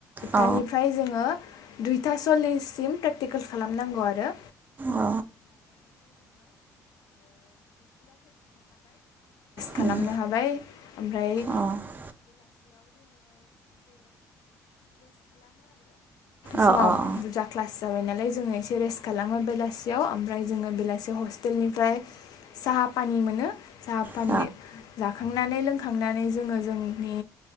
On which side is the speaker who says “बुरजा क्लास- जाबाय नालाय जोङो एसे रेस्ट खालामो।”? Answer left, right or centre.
Left